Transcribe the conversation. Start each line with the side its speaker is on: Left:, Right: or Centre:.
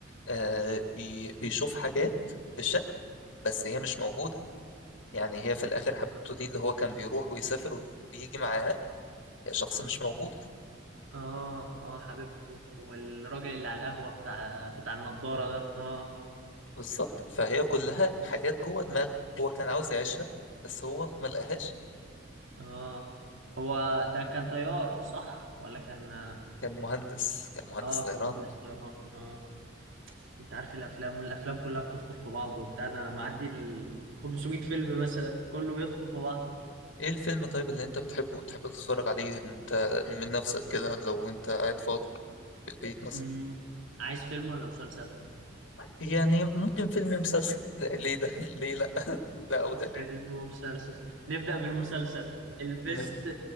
Left: آه بي بيشوف حاجات بالشكل بس هي مش موجودة يعني هي في الاخر حبيبته دي اللي هو كان بيروح ويسافر ويجي معاها هي شخص مش موجود
Right: اه اه حبيبته والراجل اللي على القهوة بتاع بتاع النضارة ده اه
Left: بالظبط فهي كلها حاجات جوه دماغه هو كان عاوز يعيشها بس هو ما لقاهاش
Right: اه هو ده كان طيار صح ولا كان
Left: كان مهندس كان مهندس
Right: اه كمهندس
Left: طيران
Right: طيران اه انت عارف الافلام الافلام كلها بتدخل في بعض وبتاع انا معدي ال 500 فيلم مثلا كله بيدخل في بعض
Left: ايه الفيلم طيب اللي انت بتحبه وتحب تتفرج عليه انت من نفسك كده لو انت قاعد فاضي في البيت مثلا
Right: امم عايز فيلم ولا مسلسل
Left: يعني ممكن فيلم مسلسل لا، ليه ده <laughs> ليه لا <laughs> ده او ده
Right: فيلم ومسلسل نبدأ بالمسلسل البست
Left: م-